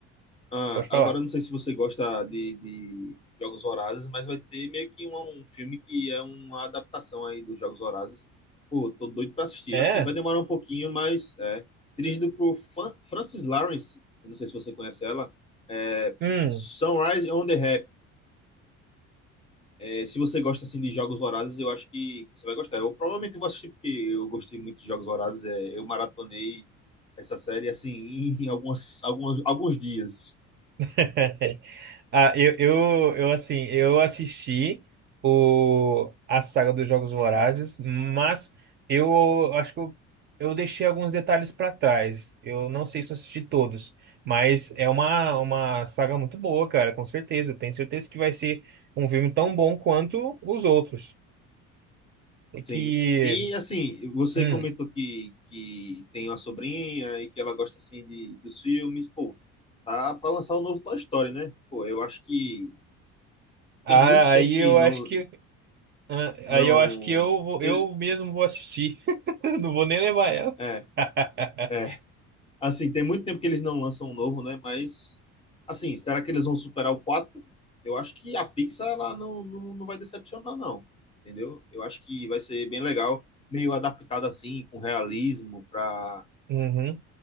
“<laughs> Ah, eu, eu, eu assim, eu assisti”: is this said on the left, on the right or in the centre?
Right